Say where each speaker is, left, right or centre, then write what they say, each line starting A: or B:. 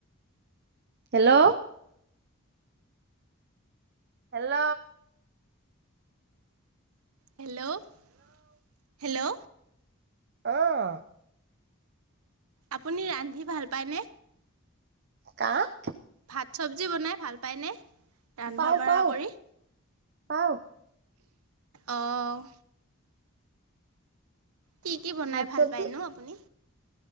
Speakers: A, on the right; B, on the right.
A: হেল্ল'। হেল্ল'।
B: হেল্ল'-হেল্ল'।
A: অহ।
B: আপুনি ৰান্ধি ভাল পায়নে?
A: কাক।
B: ভাত চবজি বনাই ভাল পাইনে? ৰন্ধা-বঢ়া
A: পাওঁ পাওঁ
B: কৰি
A: পাওঁ।
B: অ'। কি কি বনাই
A: শাক
B: ভাল
A: চবজি
B: পায়নো আপুনি?